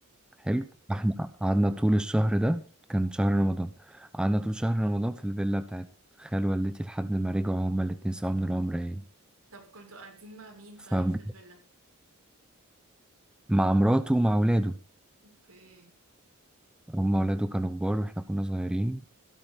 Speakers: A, in the centre; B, on the right.
A: حلو فاحنا قعدنا طول الشهر ده كان شهر رمضان قعدنا طول شهر رمضان في الفيلا بتاعت خال والدتي لحد ما رجعوا هما الاتنين سوا من العمرة يعني
B: طب كنتوا قاعدين مع مين
A: فمع
B: طيب في الفيلا؟
A: مراته ومع ولاده
B: اوكي
A: هما ولاده كانوا كبار واحنا كنا صغيرين